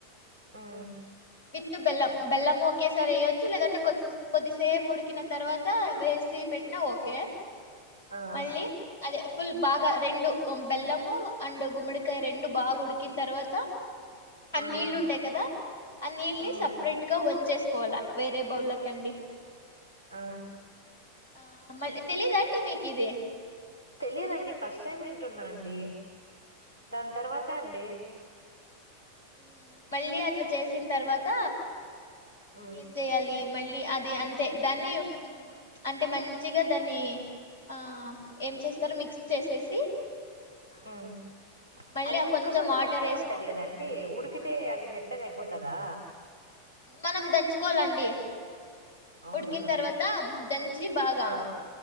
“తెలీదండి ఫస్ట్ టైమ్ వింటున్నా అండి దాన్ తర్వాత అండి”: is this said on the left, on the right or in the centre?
Left